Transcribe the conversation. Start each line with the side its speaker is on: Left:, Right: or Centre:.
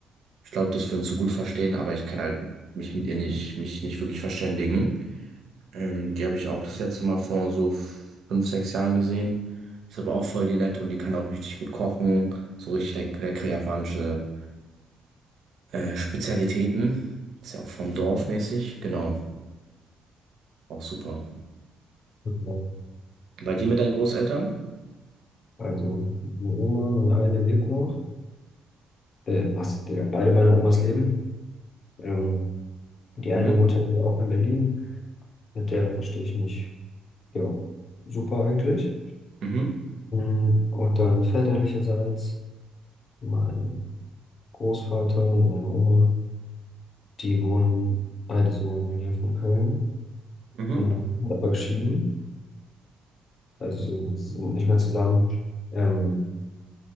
Right: ich glaube, dass wir uns so gut verstehen, aber ich kann halt mich mit ihr nicht, mich nicht wirklich verständigen. Ähm, die habe ich auch das letzte Mal vor so f- fünf, sechs Jahren gesehen. Ist aber auch voll die nette und die kann auch richtig gut kochen, so richtig leck leckere japanische äh, Spezialitäten. Ist ja auch vom Dorf mäßig, genau, auch super.
Left: Okay.
Right: Bei dir mit deinen Großeltern?
Left: Also, meine Oma, meine eine lebt noch. Äh, was, Digga, beide meine Omas leben. Ähm, die eine
Right: Mhm.
Left: wohnt ja hier auch in Berlin. Mit der verstehe ich mich, ja, super eigentlich.
Right: Mhm.
Left: Mm, Und dann väterlicherseits mein Großvater und meine Oma, die wohnen beide so in der Nähe von Köln,
Right: Mhm.
Left: ähm, sind aber geschieden, also sind, sind nicht mehr zusammen. Ähm,